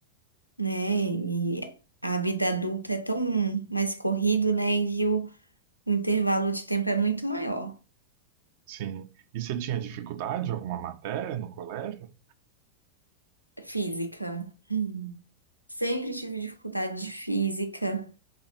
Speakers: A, on the left; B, on the right.
A: né? E a vida adulta é tão mais corrido, né? E o, o intervalo de tempo é muito maior.
B: Sim. E você tinha dificuldade em alguma matéria no colégio?
A: Física. Hum. Sempre tive dificuldade de física.